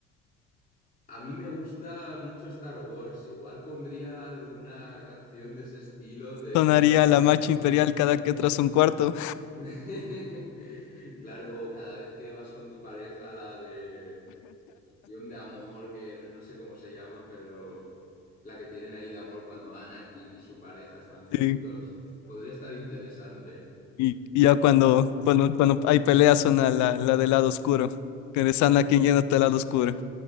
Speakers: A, on the left; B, on the left.
A: a mí me gusta mucho Star Wars, igual pondría alguna canción de ese estilo de
B: Sonaría
A: la banda
B: la
A: sonora.
B: marcha imperial cada que entras a un cuarto.
A: <laughs> Claro, o cada vez que vas con tu pareja, la de canción de amor, que no, no sé cómo se llama, pero la que tienen ahí de amor cuando Anakin y su pareja están juntos.
B: <laughs>
A: Podría estar interesante.
B: Y, y ya cuando, cuando, cuando hay peleas suena la, la del lado oscuro. Que
A: <laughs>
B: eres Anakin yéndote al lado oscuro.